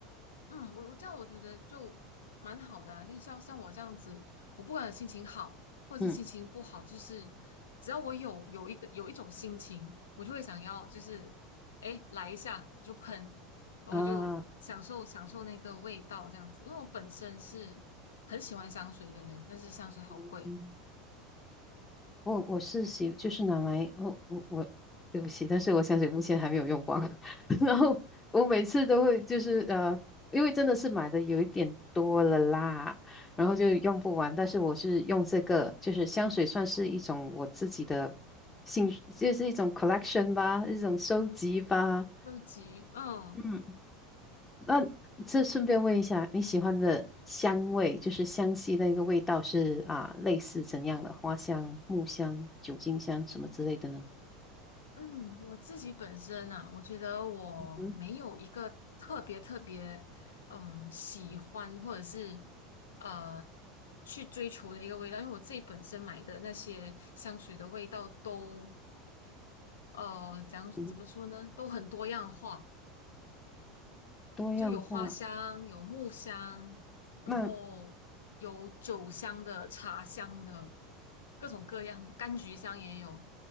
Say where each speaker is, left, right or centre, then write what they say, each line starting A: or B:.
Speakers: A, on the left; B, on the left.
A: 嗯，我我这样我觉得就蛮好的啊。那像像我这样子，我不管心情好或者是心情不好，
B: 嗯
A: 就是只要我有有一个有一种心情，我就会想要就是哎来一下就喷，然后就享受享受那个味道这样子。
B: 啊，
A: 因为我本身是很喜欢香水的人，但是香水好贵，
B: 嗯我我是喜就是拿来哦，我我对不起，但是我香水目前还没有用光。<laughs> 然后我每次都会就是呃，因为真的是买的有一点多了啦，然后就用不完。但是我是用这个，就是香水算是一种我自己的兴趣就是一种 collection 吧，一种收集吧。
A: 都是急，嗯，
B: 嗯。那这顺便问一下，你喜欢的香味，就是香系那个味道是啊，类似怎样的？花香、木香、酒精香什么之类的呢？
A: 嗯，我自己本身啊，我觉得我没有一个特别特别，
B: 嗯
A: 嗯，喜欢或者是呃去追求的一个味道，因为我自己本身买的那些香水的味道都呃怎样怎么说呢，
B: 嗯，
A: 都很多样化，
B: 多样化。
A: 就有花香，有木香，然后有酒香的、
B: 那
A: 茶香的，各种各样，柑橘香也有。